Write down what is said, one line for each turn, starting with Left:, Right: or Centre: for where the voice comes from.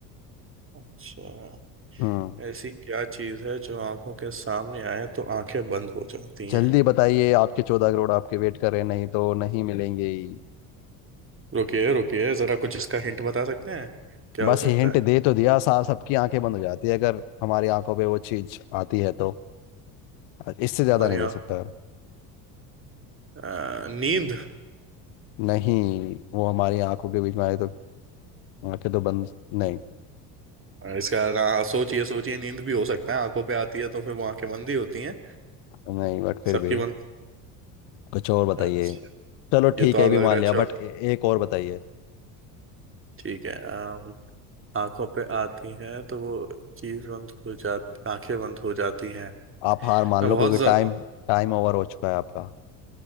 Right: अच्छा
Left: हम्म
Right: ऐसी क्या चीज़ है जो आंखों के सामने आए तो आंखें बंद हो जाती
Left: जल्दी
Right: हैं
Left: बताइए आपके चौदह करोड़ आपके वेट कर रहे हैं, नहीं तो नहीं मिलेंगे ही
Right: रुकिए रुकिए जरा कुछ इसका हिंट बता सकते हैं क्या
Left: बस
Right: हो सकता
Left: हिंट
Right: है
Left: दे तो दिया साहब सबकी आंखें बंद हो जाती है अगर हमारी आंखों पे वो चीज आती है तो इससे ज्यादा
Right: हमारी
Left: नहीं दे सकता
Right: आंख अ, नींद
Left: नहीं वो हमारी आंखों के बीच में आए तो आंखें तो बंद नहीं
Right: और इसका ना, हाँ सोचिए सोचिए नींद भी हो सकता है आंखों पे आती है तो फिर वो आंखें बंद ही होती हैं
Left: नहीं बट फिर
Right: सबकी
Left: भी
Right: बंद
Left: कुछ और बताइए
Right: अच्छा
Left: चलो
Right: ये
Left: ठीक
Right: तो
Left: है
Right: आप
Left: ये भी
Right: लग
Left: मान
Right: रहा है
Left: लिया
Right: चौ
Left: बट ए- एक और बताइए
Right: ठीक है अम, आंखों पे आती है तो वो चीज बंद हो जाती आंखें बंद हो जाती हैं
Left: आप हार मान
Right: मैं
Left: लो
Right: बहुत
Left: क्योंकि
Right: ज...
Left: टाइम टाइम ओवर हो चुका है आपका